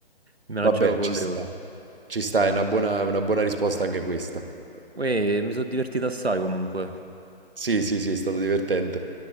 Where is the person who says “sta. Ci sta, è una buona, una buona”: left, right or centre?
Right